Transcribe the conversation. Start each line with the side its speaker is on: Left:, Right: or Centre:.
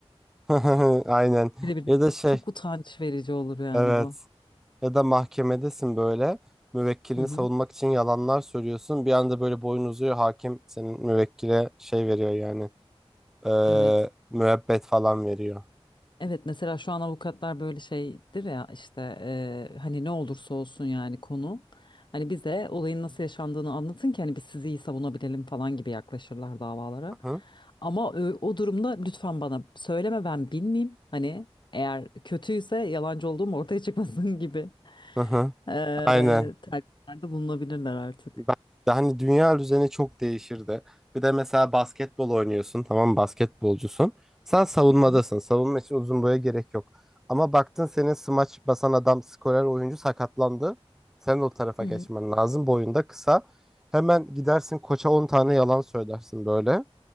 Centre: <laughs> Aynen.
Left: Birebir
Centre: Ya
Left: de
Centre: da şey,
Left: çok utanç verici olur yani
Centre: evet.
Left: bu.
Centre: Ya da mahkemedesin böyle. Müvekkilini
Left: Hı hı.
Centre: savunmak için yalanlar söylüyorsun. Bir anda böyle boyun uzuyor. Hakim senin müvekkile şey veriyor yani. Ee,
Left: Evet.
Centre: müebbet falan veriyor.
Left: Evet mesela şu an avukatlar böyle şeydir ya işte eee, hani ne olursa olsun yani konu hani bize olayın nasıl yaşandığını anlatın ki hani biz sizi iyi savunabilelim falan gibi yaklaşırlar davalara.
Centre: <laughs>
Left: Ama ö- o durumda lütfen bana söyleme ben bilmeyeyim hani eğer kötüyse yalancı olduğum ortaya çıkmasın <laughs> gibi
Centre: Hı hı,
Left: eee
Centre: aynen.
Left: telkinlerde bulunabilirler artık.
Centre: Ben de hani dünya düzeni çok değişirdi. Bir de mesela basketbol oynuyorsun, tamam mı? basketbolcusun. Sen savunmadasın.
Left: Hı
Centre: Savunma için uzun boya gerek yok. Ama baktın senin smaç basan adam, skorer oyuncu sakatlandı. Sen o tarafa
Left: hı
Centre: geçmen
Left: hı
Centre: lazım. Boyunda kısa. Hemen gidersin koça 10 tane yalan söylersin böyle